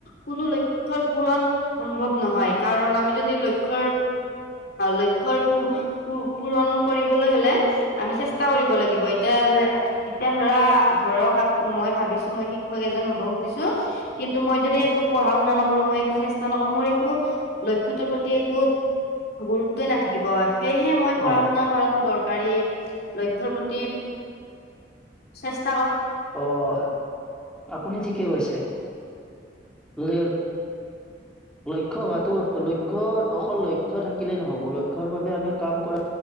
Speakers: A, on the left; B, in the centre.
A: কোনো লক্ষ্য পূৰণ সম্ভৱ নহয় কাৰণ আমি যদি লক্ষ্যৰ লক্ষ্যৰ পুৰ পূৰণো কৰিবলৈ হলে আমি চেষ্টা কৰিব লাগিব এতিয়া যে এতিয়া ধৰা ধৰক মই ভাবিছো মই শিক্ষক এজন হব খুজিছো। কিন্তু মই
B: অ
A: যদি একো পঢ়া শুনা নকৰো মই চেষ্টা নকৰিলে মোৰ একো লক্ষ্যটোৰ প্ৰতি একো গুৰুত্বই নাথাকিব। সেয়েহে মই পঢ়া
B: অ
A: শুনা কৰাতো দৰকাৰী। লক্ষ্যৰ প্ৰতি চেষ্ট-
B: আহ আপুনি ঠিকে কৈছে? ল লক্ষ্য হোৱাটো লক্ষ্য অকল লক্ষ্য থাকিলে নহ'ব লক্ষ্যৰ বাবে আমি কাম কৰা।